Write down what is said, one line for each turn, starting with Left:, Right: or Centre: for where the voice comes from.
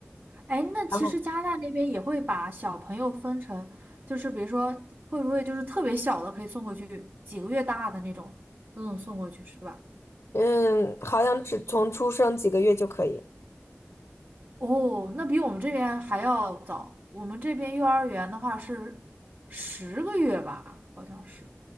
Right: 哎，那其实加拿大那边也会把小朋友分成，
Left: 然后
Right: 就是比如说，会不会就是特别小的可以送过去，几个月大的那种都能送过去，是吧？
Left: 嗯，好像只从出生几个月就可以。
Right: 哦，那比我们这边还要早。我们这边幼儿园的话是十个月吧，好像是。